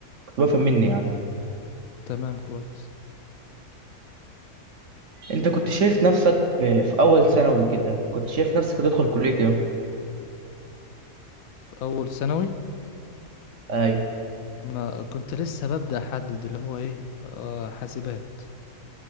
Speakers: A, on the right (about 60°); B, on the left (about 70°).
A: كنت بفهم مني يعني
B: تمام كويس
A: انت كنت شايف نفسك آه، في اول ثانوي كده كنت شايف نفسك هتدخل كلية ايه
B: في اول ثانوي
A: ايوه
B: ما كنت لسه ببدأ احدد اللي هو ايه آه حاسبات